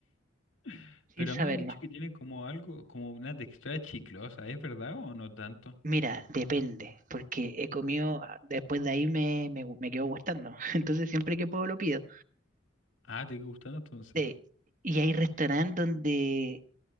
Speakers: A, on the left (about 80°); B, on the right (about 45°).
A: <laughs>
B: sin
A: Pero
B: saberlo.
A: a mí me han dicho que tiene como algo, como una textura chiclosa, ¿es verdad o no tanto?
B: Mira, depende, porque he comido, ah, después de ahí me, me, gu- me quedó gustando. <laughs> Entonces siempre que puedo lo pido.
A: Ah, ¿te quedó gustando entonces?
B: Eh, y hay restaurantes donde